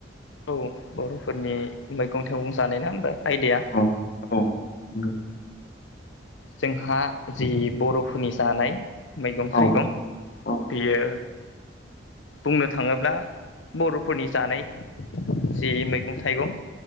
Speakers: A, on the left; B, on the left.
A: औ बर'फोरनि मैगं थाइगं जानाय ना होमबा आयदाया
B: औ औ नंगौ।
A: जोंहा जि बर'फोरनि जानाय मैगं
B: औ
A: थाइगं
B: औ
A: बेयो बुंनो थाङोब्ला बर'फोरनि जानाय जे मैगं थाइगं